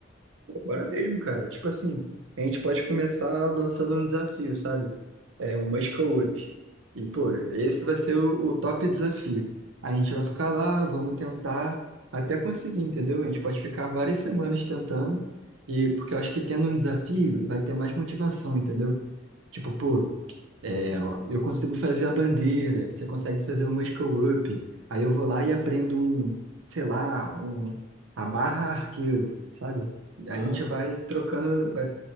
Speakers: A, on the right; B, on the left.
A: Bora mesmo, cara. Tipo assim, a gente pode começar lançando um desafio, sabe? É um Muscle Up. E, pô, esse vai ser o, o top desafio. A gente vai ficar lá, vamos tentar até conseguir, entendeu? A gente pode ficar várias semanas tentando, e porque eu acho que tendo um desafio vai ter mais motivação, entendeu? Tipo, pô, é, eu consigo fazer a bandeira, você consegue fazer o muscle-up. Aí eu vou lá e aprendo um, sei lá, um, a barra arqueiro, sabe?
B: Aham,
A: A gente
B: sim,
A: vai
B: sim.
A: trocando, vai,